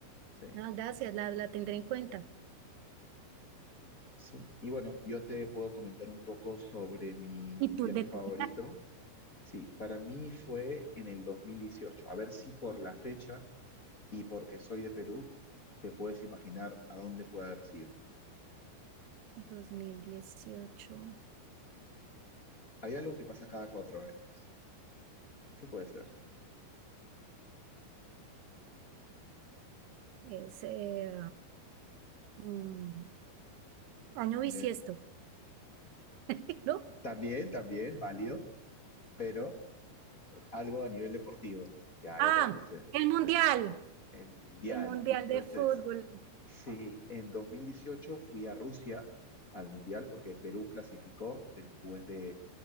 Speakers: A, on the left; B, on the right.
A: Sí.
B: Ah, gracias, la, la tendré en cuenta.
A: Sí, y bueno, yo te puedo comentar un poco sobre mi
B: ¿Y tú
A: viaje
B: de tu
A: favorito,
B: viaje?
A: Sí, para mí fue en el 2018. A ver si por la fecha y porque soy de Perú, te puedes imaginar a dónde puede haber sido.
B: dos mil dieciocho
A: Hay algo que pasa cada cuatro años. ¿Qué puede ser?
B: es eh, mm, año bisiesto,
A: En el-
B: <laughs> ¿no?
A: También, también, válido, pero algo a nivel deportivo. Ya,
B: Ah,
A: ya te la puse.
B: el mundial.
A: El Mundial.
B: El Mundial
A: Entonces,
B: de Fútbol,
A: sí, en 2018 fui a Rusia al Mundial porque Perú clasificó después de